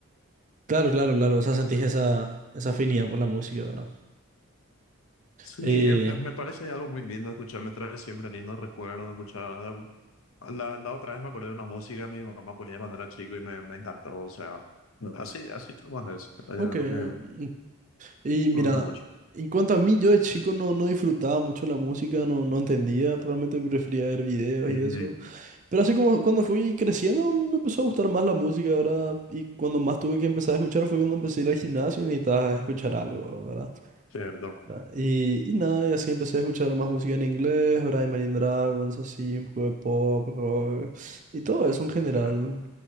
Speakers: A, on the right; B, on the left.
A: claro, claro, claro. O sea, sentís esa, esa afinidad por la música, ¿verdad?
B: Sí,
A: Eh,
B: eh, eh, me parece algo muy lindo escuchar, me trae siempre lindos recuerdos, escuchar La, la otra vez me acordé de una música que mi mamá ponía cuando era chico y me, me encantó. O sea, no, así, así nomás es. Eh,
A: ok.
B: Lo
A: mm,
B: que
A: Y
B: fue
A: mira,
B: una mucho.
A: en cuanto a mí, yo de chico no, no disfrutaba mucho la música, no, no entendía, realmente prefería ver videos
B: Y-
A: y eso.
B: y-
A: Pero así como cuando fui creciendo, me empezó a gustar más la música, ¿verdad? Y cuando más tuve que empezar a escuchar fue cuando empecé a ir al gimnasio y necesitaba escuchar algo, ¿verdad?
B: Cierto,
A: Na- Y, y nada, y así empecé a escuchar más música en inglés, ¿verdad? Imagine Dragons, así, un poco de pop, rock, y todo eso en general.
B: cierto.